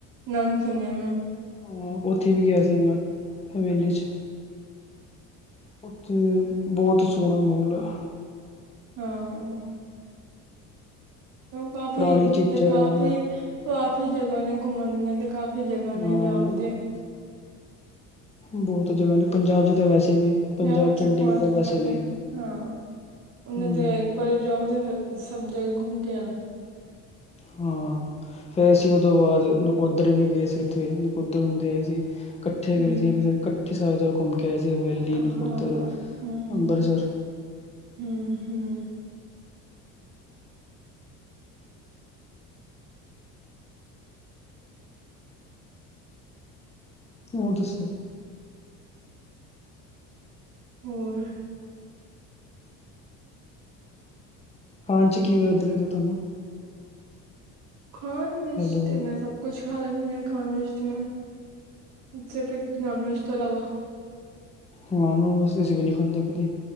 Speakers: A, on the right; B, on the left.
A: ਨਾਮ ਸੁਣਿਆ ਮੈਂ।
B: ਹਾਂ ਉੱਥੇ ਵੀ ਗਿਆ ਸੀ ਮੈਂ ਹਵੇਲੀ ਚ। ਉੱਥੇ ਬਹੁਤ ਸੋਹਣਾ ਮਾਹੋਲ ਹੈ।
A: ਹਾਂ। ਕਾਫੀ,
B: ਪੁਰਾਣੀ
A: <unintelligible>
B: ਚੀਜ਼ਾਂ
A: ਕਾਫੀ ਕਾਫੀ ਜਗ੍ਹਾ ਨੇ ਘੁੰਮਣ ਦੀਆਂ ਤੇ ਕਾ- ਜਗਾ
B: ਹਾਂ
A: ਨੇ ਜਾਓ ਤੇ
B: ਬਹੁਤ ਜਗ੍ਹਾ ਨੇ ਪੰਜਾਬ 'ਚ ਤਾਂ ਵੈਸੇ ਵੀ ਪੰਜਾਬ
A: ਵਿੱਚ
B: ਚੰਡੀਗੜ੍ਹ
A: ਬਹੁਤ
B: ਤਾ ਵੈਸੇ ਵੀ
A: ਹਾਂ ਉਹਨਾਂ
B: ਹੂੰ
A: ਤੇ ਇੱਕ ਵਾਰੀ ਜਾਓ ਤੇ ਸਭ ਜਗਾ ਘੁੰਮ ਕੇ ਆ
B: ਹਾਂ, ਫਿਰ ਅਸੀਂ ਉਹ ਤੋਂ ਬਾਅਦ ਨਕੋਦਰ ਵੀ ਗਏ ਸੀ। ਉੱਥੇ ਨਕੋਦਰ ਹੁੰਦੇ ਆਏ ਸੀ। ਕੱਠੇ ਗਏ
A: ਹੂੰ
B: ਸੀ ਕਿ ਕੱਠੇ ਸਾਰੇ ਜਗਾ ਘੁੰਮ ਕੇ- ਗਏ ਸੀ ਹਵੈਲੀ
A: ਹਾਂ
B: ਨਕੋਦਰ
A: ਹੂੰ
B: ਅੰਬਰਸਰ
A: ਹੂੰ ਹੂੰ
B: ਹੋਰ ਦੱਸੋ?
A: ਹੋਰ
B: ਖਾਣ ਚ ਕੀ ਵਦ ਲੱਗਦਾ ਤੁਹਾਨੂੰ?
A: ਖਾਣ ਵਿੱਚ
B: ਹੈਲੋ
A: ਤੇ ਮੈਂ ਸਭ ਕੁਛ ਖਾ ਲੈਂਨੀ ਆ ਖਾਨ ਵਿੱਚ ਤਾਂ ਮੈਂ ਸਿਰਫ ਇੱਕ ਨਾਨ ਵੈਜ ਤੋਂ ਇਲਾਵਾ
B: ਹਾਂ, ਨੋਨ ਵੈਜ ਤੇ ਅਸੀਂ ਵੀ ਨਹੀਂ ਖਾਂਦੇ ਕਦੀ।